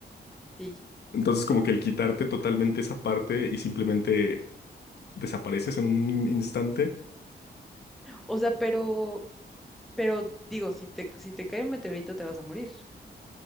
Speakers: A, in the centre; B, on the left.
A: sí.
B: Entonces, como que el quitarte totalmente esa parte y simplemente desapareces en un instante.
A: O sea, pero, pero digo, si te, si te cae un meteorito te vas a morir.